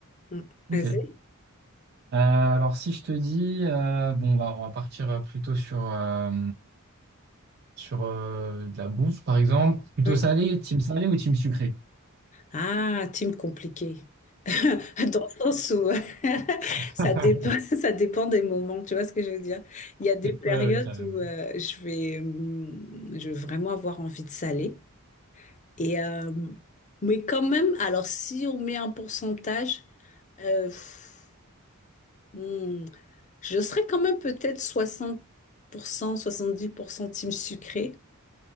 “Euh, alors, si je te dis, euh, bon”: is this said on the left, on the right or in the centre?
Right